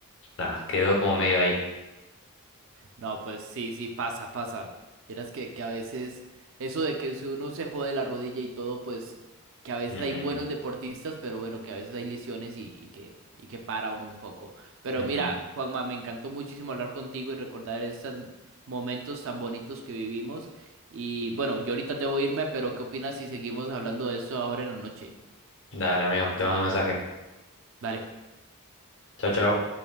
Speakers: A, on the left (about 65°); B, on the right (about 65°).
A: Nada, quedó como medio ahí.
B: No, pues sí, sí, pasa, pasa. Vieras que, que a veces eso de que si uno se jode la rodilla y todo, pues que a veces
A: Ujú,
B: hay buenos deportistas, pero bueno, que a veces hay lesiones y, y que, y que para uno un poco. Pero
A: ujú.
B: mira, Juanma, me encantó muchísimo hablar contigo y recordar estos momentos tan bonitos que vivimos. Y bueno, yo ahorita debo irme, pero ¿qué opinas si seguimos hablando de esto ahora en la noche?
A: Dale, amigo, te mando un mensaje.
B: Dale.
A: Chao, chao.